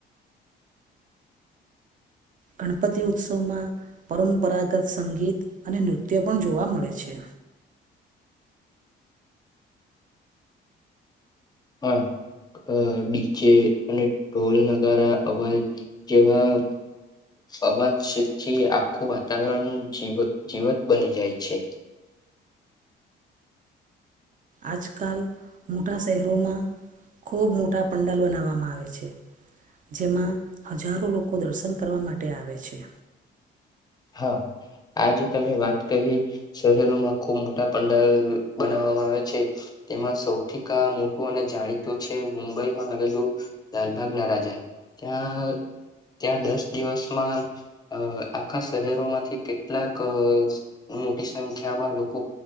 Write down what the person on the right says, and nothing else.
ગણપતિ ઉત્સવમાં પરંપરાગત સંગીત અને નૃત્ય પણ જોવા મળે છે.
આજકાલ મોટા શહેરોમાં ખૂબ મોટા પંડાલ બનાવવામાં આવે છે. જેમાં હજારો લોકો દર્શન કરવા માટે આવે છે.